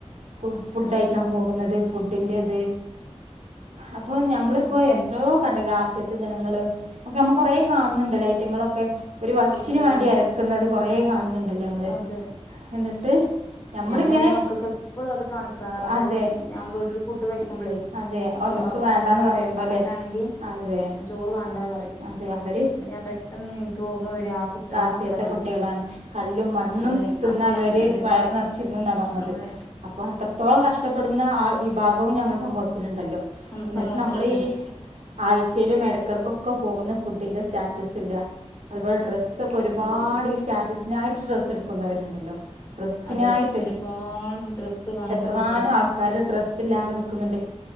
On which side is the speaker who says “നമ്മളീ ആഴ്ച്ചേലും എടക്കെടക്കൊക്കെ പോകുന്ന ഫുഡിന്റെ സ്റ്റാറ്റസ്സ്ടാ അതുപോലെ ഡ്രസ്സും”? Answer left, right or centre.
Right